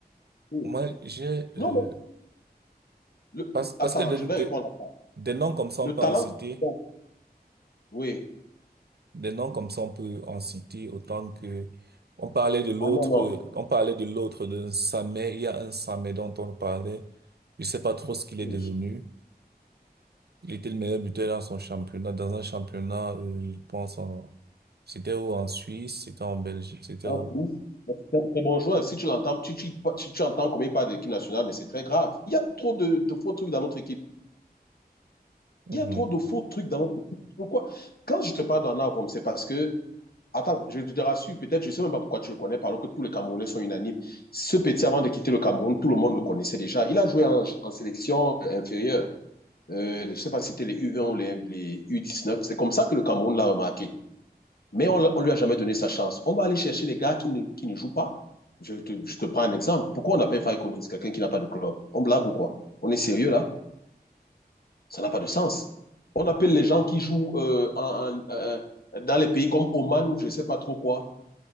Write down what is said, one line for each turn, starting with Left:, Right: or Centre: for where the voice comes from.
Left: oui.
Right: moi, j'ai, euh,
Left: Non, mais le-
Right: parce,
Left: le-
Right: parce
Left: attends,
Right: que des
Left: je vais
Right: des
Left: répondre à ça.
Right: des noms comme ça, on
Left: Le
Right: peut
Left: talent.
Right: en citer,
Left: bon, oui.
Right: Des noms comme ça, on peut en citer autant que on parlait de l'autre,
Left: Ah non, non.
Right: euh, on parlait de l'autre d'un Samet. Il y a un Samet dont on parlait. Je sais pas trop ce qu'il est
Left: Oui.
Right: devenu. Il était le meilleur buteur dans son championnat, dans un championnat, euh, je pense en, c'était où en Suisse, c'était en Belgique, c'était
Left: Un
Right: où?
Left: fils, mais C'est un très bon joueur. Si tu l'entends, tu, tu, tu, tu entends comme il parle de l'équipe nationale, mais c'est très grave. Il y a trop de, de faux trucs dans notre équipe.
Right: Mhm.
Left: Il y a trop de faux trucs dans notre équipe. Pourquoi? Quand je te parle d'en avant, c'est parce que Attends, je te rassure, peut-être, je ne sais même pas pourquoi tu le connais, alors que tous les Camerounais sont unanimes. Ce petit, avant de quitter le Cameroun, tout le monde le connaissait déjà. Il a joué en, en sélection inférieure. Euh, je ne sais pas si c'était les U20 ou les, les U19. C'est comme ça que le Cameroun l'a remarqué. Mais on ne lui a jamais donné sa chance. On va aller chercher les gars qui ne, qui ne jouent pas. Je te, je te prends un exemple. Pourquoi on appelle Faye Collins quelqu'un qui n'a pas de club On blague ou quoi On est sérieux là Ça n'a pas de sens. On appelle les gens qui jouent euh, en, en, euh, dans les pays comme Oman ou je ne sais pas trop quoi